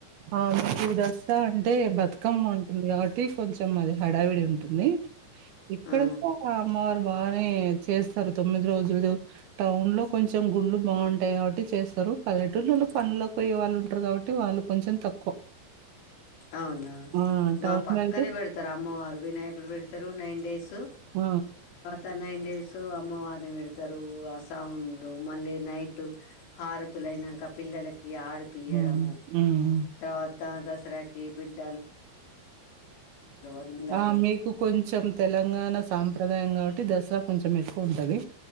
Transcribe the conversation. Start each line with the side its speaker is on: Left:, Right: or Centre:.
Right: అవును జూదాస్ అంటే బతుకమ్మ ఉంటుంది. కాబట్టి కొంచెం అది హడావిడి ఉంటుంది. ఇక్కడ,
Left: ఆ
Right: కూడా అమ్మవారు బాగానే చేస్తారు. తొమ్మిది రోజులు, టౌన్ లో కొంచెం గుళ్లు బాగుంటాయి. కాబట్టి చేస్తారు. పల్లెటూరులో పనుల్లో పోయే వాళ్ళు ఉంటారు. కాబట్టి వాళ్ళు కొంచెం తక్కువ
Left: అవునా
Right: ఆ
Left: మా
Right: టౌన్
Left: పక్కనే
Right: లో అయితే
Left: పెడతరు. అమ్మవారు వినాయకుడు పెడతరు. నైన్ డేస్
Right: ఉ
Left: కా నైన్ డేస్ అమ్మవారి ని పెడతారు ఆ సౌండ్ మళ్ళీ నైట్ హారతులన్ అయినాక పిల్లలకి ఆడు పియడము,
Right: హ్మ్. హ్మ్.
Left: తర్వాత దసరాకి బిడ్డ అందరూ
Right: ఆ మీకు కొంచెం, తెలంగాణ సాంప్రదాయం గాబట్టి అంటే దసరా కొంచెం ఎక్కువ ఉంటది